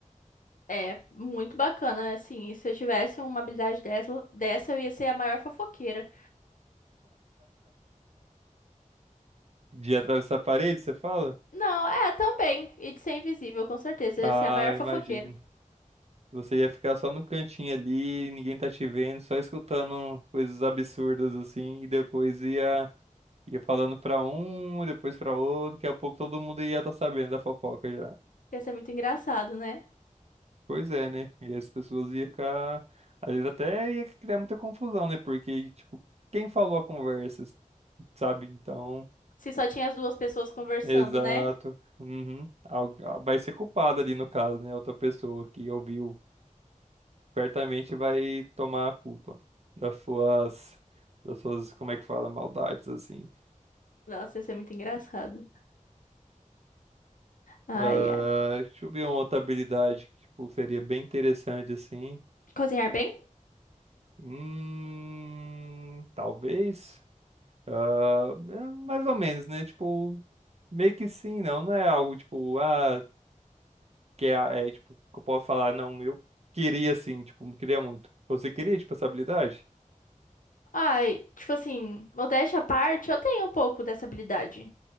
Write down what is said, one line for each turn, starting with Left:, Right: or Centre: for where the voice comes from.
Left: É muito bacana, assim. e Se eu tivesse uma habilidade dessa, dessa, eu ia ser a maior fofoqueira.
Right: De atravessar a parede, você fala?
Left: Não, é, também. E de ser invisível, com certeza. Ia
Right: Ah,
Left: ser a maior
Right: imagino.
Left: fofoqueira.
Right: Você ia ficar só no cantinho ali, ninguém tá te vendo, só escutando coisas absurdas assim, e depois ia, ia falando pra um, depois pra outro, daqui a pouco todo mundo ia estar sabendo da fofoca já.
Left: Ia ser muito engraçado, né?
Right: Pois é, né? E as pessoas iam ficar. Às vezes até ia criar muita confusão, né? Porque, tipo, quem falou a conversa, sabe? Então.
Left: Se só tinha as duas pessoas conversando,
Right: Exato.
Left: né?
Right: Uhum. Algu- ah, Vai ser culpado ali no caso, né? Outra pessoa que ouviu certamente vai tomar a culpa das suas, das suas, como é que fala, maldades, assim.
Left: Nossa, ia ser muito engraçado. Ai,
Right: Ah,
Left: ai.
Right: deixa eu ver uma outra habilidade que, tipo, seria bem interessante, assim.
Left: Cozinhar bem?
Right: Hum, talvez. Ah, é mais ou menos, né? Tipo, meio que sim, não. Não é algo, tipo, ah, que é, é, tipo, que eu posso falar, não, eu queria, assim, tipo, queria muito. Você queria, tipo, essa habilidade?
Left: Ai, tipo assim, modéstia à parte, eu tenho um pouco dessa habilidade.